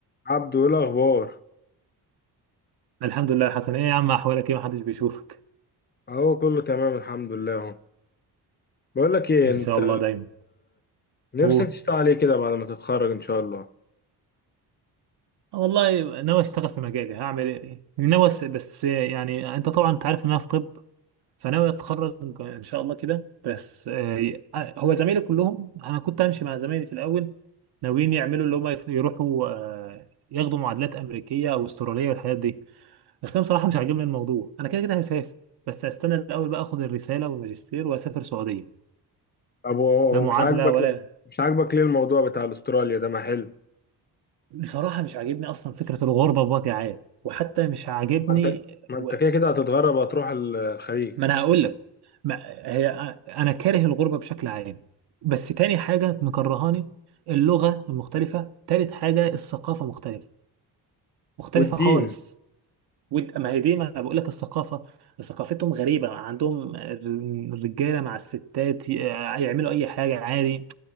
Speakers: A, on the left; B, on the right.
A: عبدو ايه الاخبار
B: الحمد لله يا حسن ايه يا عم احوالك ايه محدش بيشوفك
A: اهو كله تمام الحمد لله اهو بقول لك ايه
B: ان
A: انت
B: شاء الله دايما
A: نفسك
B: هو
A: تشتغل عليه كده بعد ما تتخرج ان شاء الله
B: والله ناوي اشتغل في مجالي هعمل ايه ناوي بس بس يعني انت طبعا انت عارف ان انا في طب فناوي اتخرج ان شاء الله كده بس آه، آه، هو زمايلي كلهم انا كنت همشي مع زمايلي في الاول ناويين يعملوا اللي هم يروحوا آه، ياخدوا معادلات امريكيه او استراليه والحاجات دي بس انا بصراحه مش عاجبني الموضوع انا كده كده هسافر بس هستنى الاول بقى اخد الرساله والماجستير واسافر سعوديه
A: طب هو-
B: لا معادله
A: ومش عاجبك
B: ولا
A: مش عاجبك ليه الموضوع بتاع استراليا ده ما حلو
B: بصراحة مش عاجبني أصلا فكرة الغربة بوجه عام وحتى مش عاجبني
A: ما انت ما
B: و...
A: انت كده كده هتتغرب هتروح الخليج
B: ما أنا هقول لك ما... هي أنا كاره الغربة بشكل عام بس تاني حاجة مكرهاني اللغة المختلفة تالت حاجة الثقافة مختلفة مختلفة
A: والدين
B: خالص وانت ما هي دي ما انا بقول لك الثقافه ثقافتهم غريبه عندهم الرجاله مع الستات ي- يعملوا اي حاجه عادي